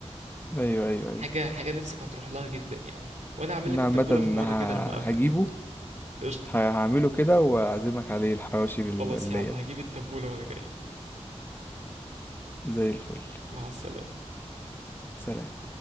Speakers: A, on the left; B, on the right.
A: ايوه ايوه
B: حاجة
A: ايوه
B: حاجة نفسك هتروح لها جدا يعني وانا هعمل
A: انا
B: لك التبولة
A: عامه
B: في مرة
A: ه...
B: كده لما اقابلك
A: هجيبه
B: قشطة
A: ه... هعمله كده واعزمك عليه الحواوشي باللية
B: خلاص يا عم هجيب
A: ده
B: التبولة وانا جاي
A: زي الفل
B: مع السلامة
A: سلام